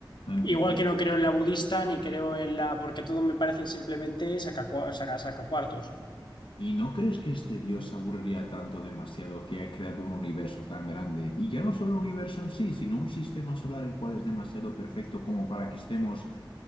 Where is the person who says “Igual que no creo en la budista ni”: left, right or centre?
Left